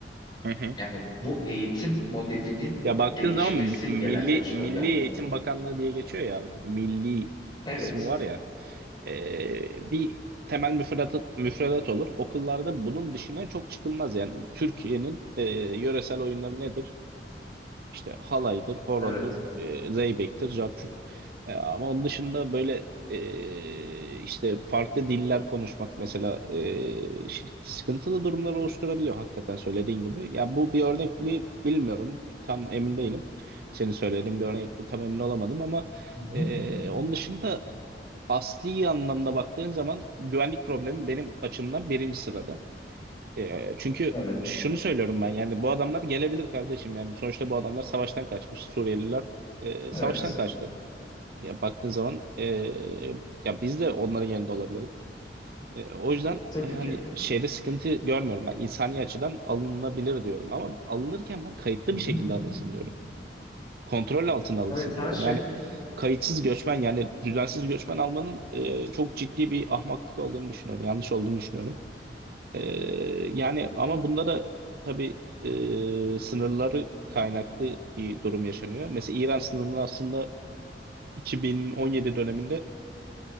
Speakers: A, on the right; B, on the left.
A: Hı hı.
B: Yani bu eğitim modelinin
A: Ya baktığın
B: değişmesi
A: zaman mi- Milli
B: gelen göçlerle.
A: Milli Eğitim Bakanlığı diye geçiyor ya milli
B: Evet,
A: kısmı var ya Ee, bir temel müfredat, müfredat olur. Okullarda bunun dışına çok çıkılmaz yani Türkiye'nin e, yöresel oyunları nedir? İşte halaydır, horondur,
B: evet.
A: e, zeybektir, carçurt. E, ama onun dışında böyle e, işte farklı diller konuşmak mesela e, şey- sıkıntılı durumlar oluşturabiliyor hakikaten söylediğin gibi. Ya bu bir örnek mi bilmiyorum. Tam emin değilim. Senin söylediğin bir örnek mi tam emin olamadım ama
B: Hı hı.
A: e, onun dışında asli anlamda baktığın zaman güvenlik problemi benim açımdan birinci sırada. E, çünkü
B: Evet,
A: şunu söylüyorum ben yani bu adamlar gelebilir kardeşim yani sonuçta bu adamlar savaştan kaçmış Suriyeliler e,
B: evet.
A: savaştan kaçtı. Ya baktığın zaman e, ya biz de onların yanında olabilirdik. E, o yüzden
B: Tabii
A: e, hani
B: ki.
A: şeyde sıkıntı görmüyorum ben insani açıdan alınabilir diyorum ama alınırken ben kayıtlı
B: Hı hı.
A: bir şekilde alınsın diyorum. Kontrol altına alınsın
B: Evet,
A: diyorum.
B: her şey.
A: Yani kayıtsız göçmen yani düzensiz göçmen almanın e, çok ciddi bir ahmaklık olduğunu düşünüyorum. Yanlış olduğunu düşünüyorum. Ee, yani ama bunda da tabii e, sınırları kaynaklı bir durum yaşanıyor. Mesela İran sınırını aslında 2017 döneminde